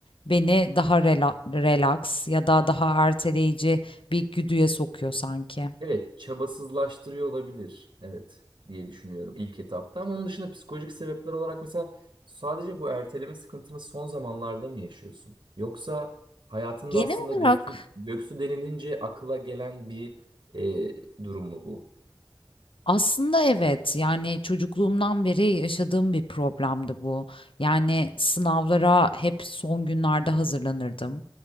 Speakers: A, on the left; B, on the right.
A: Beni daha rela relax ya da daha erteleyici bir güdüye sokuyor sanki.
B: Evet, çabasızlaştırıyor olabilir. Evet diye düşünüyorum ilk etapta. Ama onun dışında psikolojik sebepler olarak mesela sadece bu erteleme sıkıntını son zamanlarda mı yaşıyorsun? Yoksa hayatının
A: Genel
B: aslında
A: olarak
B: göksü, göksü denilince akıla gelen bir e, durum mu bu?
A: Aslında evet, yani çocukluğumdan beri yaşadığım bir problemdi bu. Yani sınavlara hep son günlerde hazırlanırdım.